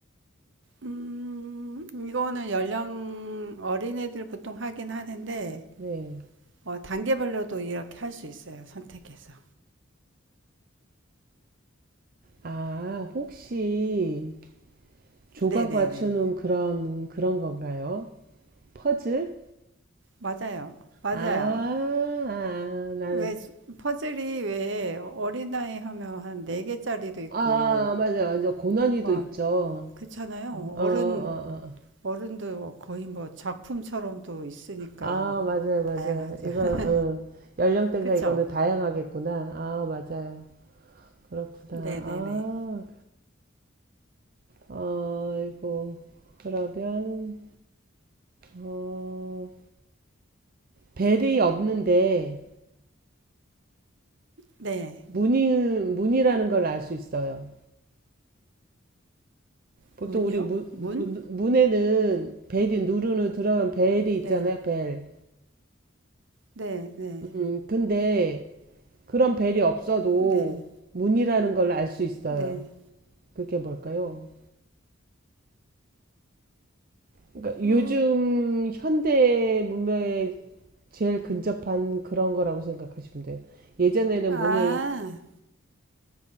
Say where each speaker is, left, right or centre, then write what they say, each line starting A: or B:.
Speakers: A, on the right; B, on the right.
A: 음, 이거는 연령 어린애들 보통 하긴 하는데
B: 네.
A: 어, 단계별로도 이렇게 할 수 있어요. 선택해서.
B: 아, 혹시 조각
A: 네네네.
B: 맞추는 그런 그런 건가요? 퍼즐?
A: 맞아요. 맞아요.
B: 아, 아, 나는
A: 왜 퍼즐이 왜 어린아이 하면 한 네개짜리도 있고
B: 아, 맞아요. 저 고난이도
A: 막
B: 있죠.
A: 그렇잖아요.
B: 어,
A: 어른
B: 어, 어.
A: 어른도 거의 뭐 작품처럼도 있으니까
B: 아, 맞아요. 맞아요.
A: 다양하죠.
B: 이거
A: <laughs>
B: 어, 연령대가
A: 그쵸?
B: 이거는 다양하겠구나. 아, 맞아요. 그렇구나.
A: 네네네.
B: 아, 아이고, 그러면, 어, 벨이 없는데,
A: 네.
B: 문이, 문이라는 걸 알 수 있어요. 보통
A: 문요?
B: 우리 문,
A: 문?
B: 문, 문에는 벨이 누르는 들어간 벨이 있잖아요,
A: 네.
B: 벨.
A: 네, 네,
B: 음, 근데 그런 벨이 없어도
A: 네,
B: 문이라는 걸 알 수 있어요.
A: 네.
B: 그게 뭘까요? 그러니까
A: 무
B: 요즘 현대 문명에 제일 근접한 그런 거라고 생각하시면 돼요. 예전에는
A: 아,
B: 문을